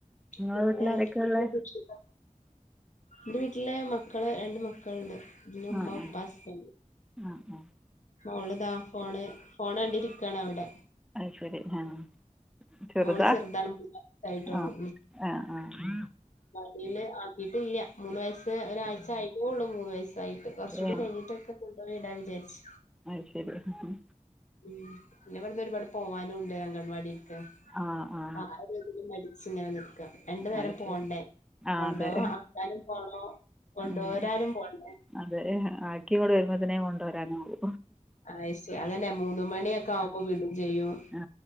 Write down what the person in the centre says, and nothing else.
നിങ്ങളെ
വീട്ടിൽ ആരൊക്കെയാണ്
ഉള്ളത്
ആ
ആ
ആ ആ
അയ് ശരി ആഹ് ചെറുതാ
ആഹ് ആഹ് ആഹ്
ഏ
അയ് ശെരി ഉം ഉം
ആ ആ
അത്
ശരി ആ
അതെ
ഉം
അതെ ആക്കിങ്ങട് വരുമ്പോത്ത്നേ കൊണ്ടോരാനാവൂ
ആ